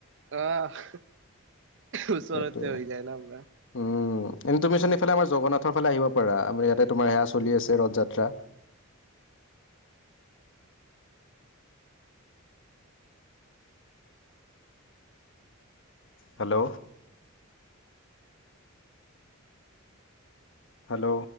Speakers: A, on the right; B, on the left.
A: আহ' ওচৰতেতে
B: সেইটোৱে
A: হৈ যায় ন' পুৰা।
B: উম, এনে তুমিচোন এইফালে আমাৰ জগন্নাথৰ ফালে আহিব পাৰা? আমাৰ ইয়াতে তোমাৰ সেয়া চলি আছে ৰথ যাত্ৰা। হেল্ল'? হেল্ল'?